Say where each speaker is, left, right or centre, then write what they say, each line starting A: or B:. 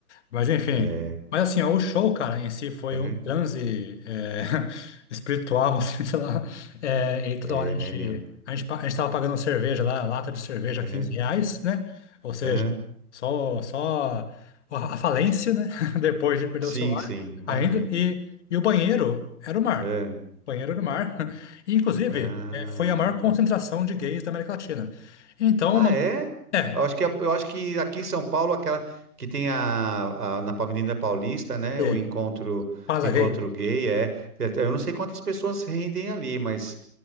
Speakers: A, on the left (about 50°); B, on the right (about 85°).
A: Mas enfim,
B: É,
A: mas assim, ó, o show, cara, em si foi
B: uhum.
A: um transe é, <laughs> espiritual, assim, sei lá. É, e toda
B: É,
A: hora a gente,
B: né, meu?
A: a gente, pa- a gente tava pagando cerveja lá, lata de cerveja,
B: Uhum.
A: 15 reais, né? Ou seja,
B: Uhum.
A: só, só a falência, né? <laughs> Depois de perder
B: Sim,
A: o celular
B: sim, imagino.
A: ainda. E, e o banheiro era o mar.
B: É.
A: O banheiro era o mar. <laughs> E, inclusive,
B: Ah.
A: é, foi a maior concentração de gays da América Latina. Então,
B: Ah,
A: uma,
B: é?
A: é,
B: Eu acho que, a- eu acho que aqui em São Paulo, aquela que tem a, a- na Avenida Paulista, né?
A: é,
B: O encontro,
A: casa
B: o encontro
A: gay.
B: gay é. Eu não sei quantas pessoas rendem ali, mas